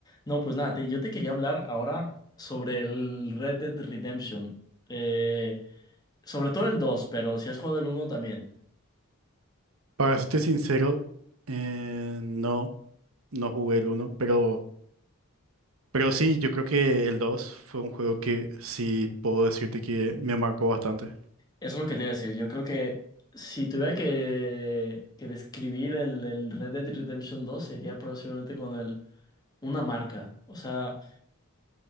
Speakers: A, on the left; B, on the right.
A: No, pues nada, te- yo te quería hablar ahora sobre el Red Dead Redemption. Eh, sobre todo el 2 pero si has jugado el uno también.
B: Para serte sincero, eh, no, no jugué el uno, pero, pero sí, yo creo que el 2 fue un juego que sí puedo decirte que me marcó bastante.
A: Eso es lo que te iba a decir. Yo creo que si tuviera que, que describir el, el Red Dead Redemption dos sería posiblemente con el, una marca. O sea,